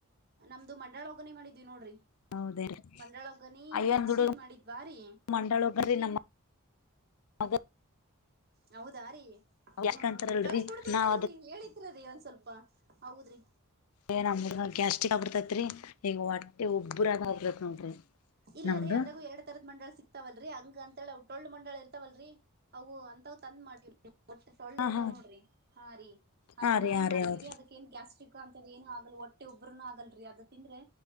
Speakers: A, on the right; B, on the left.
A: ನಮ್ದು ಮಂಡಾಳ ಒಗ್ಗರಣಿ ಮಾಡಿದ್ವಿ ನೋಡ್ರಿ
B: ಹೌದೇ ರೀ
A: ಮಂಡಳೊಗ್ಗರನಿ
B: ಅಯ್ಯನ್
A: ಮಿರ್ಚಿ
B: ಹುಡುಗ
A: ಮಾಡಿದ್ವಾರಿ
B: ಮಂಡಾಳ ಒಬ್ಬ್ರಿ ನಮ್ಮ ಮಗ
A: ಹೌದಾ ರೀ
B: ಯಾಕಂತಾರಲ್ರರಿ
A: ಹಾ ಕಳ್ಸ್ಕೊಡ್ತೇನ್ಲ್ರಿ
B: ನಾವ್ ಅದ
A: ಹೇಳಿತ್ ರೀ ಒಂದ್ ಸ್ವಲ್ಪ ಹೌದ್ರಿ
B: ಏ ನಮ್ಮ <unintelligible> ಗ್ಯಾಸ್ಟ್ರಿಕ್ ಆಗ್ಬಿಡ್ತೈತ್ರಿ ಈಗ ಹೊಟ್ಟೆ ಉಬ್ಬ್ರ ಹಾಬತ್ ನೋಡ್ರಿ
A: ಇಲ್ಲ
B: ನಮ್ದು
A: ರೀ ಅದ್ರಲ್ಲಿ ಎರಡ್ ತರದ ಮಂಡಳ ಸಿಕ್ತಾವಲ್ರರಿ ಹಂಗ ಅಂತ ಹೇಳಿ ಅವು ಟೊಳ್ಳು ಮಂಡಳ ಇರ್ತವಲ್ರರಿ ಅವು ಅಂತವ ತಂದ್ ಮಾಡಿವ್ರಿ ಒಟ್ಟ ತೊಳ್ಳು
B: ಹಾ
A: ಇರ್ತಾವ
B: ಹಾ
A: ನೋಡ್ರಿ ಹಾ ರೀ ಅಂತವ್
B: ಹಾ ರೀ
A: ತಂದ್
B: ಹಾ ರೀ
A: ಮಾಡ್ತೀವ್ರೀ
B: ಹೌದ್ರಿ
A: ಅದಕ್ಕ ಏನ್ ಗ್ಯಾಸ್ ಸ್ಟೀಕ್ಕ ಅಂತದ ಏನುೂಆಗಲ್ ಒಟ್ಟೆ ಉಬ್ಬ್ರನು ಆಗಲ್ರಿ ಅದು ತಿಂದ್ರೆ